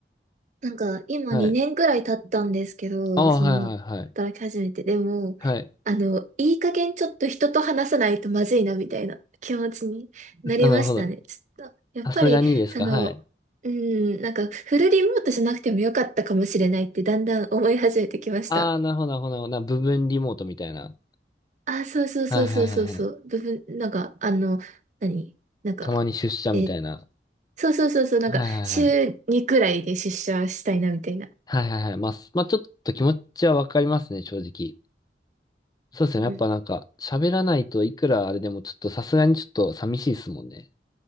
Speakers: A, on the right (about 40°); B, on the left (about 20°).
A: なんか、今2年ぐらい経ったんですけど、
B: はい。ああ、
A: その、
B: はいはいはい。
A: 働き始めて、でも、
B: はい。
A: あの、いい加減ちょっと人と話さないとまずいな、みたいな気持ちになりましたね。
B: あ、なるほど。
A: ちょっと、やっぱり、
B: さすがにですか。
A: その、
B: はい。
A: うん、なんか、フルリモートじゃなくてもよかったかもしれないって、だんだん思い始めてきました。
B: ああ、なるほど、なるほど、なるほど。な部分リモートみたいな。
A: あ、そうそうそうそうそうそう。
B: はいはいはいはい。
A: 部分、なんか、あの、何なんか、
B: たまに出社みたいな。
A: えーそうそうそうそう、なんか、
B: はいはいはい。
A: 週2くらいで出社したいな、みたいな。
B: はいはいはい。まあ、すまあ、ちょっと気持ちはわかりますね、正直。そうですね。
A: うん
B: やっぱなんか、喋らないといくらあれでもちょっとさすがにちょっと寂しいですもんね。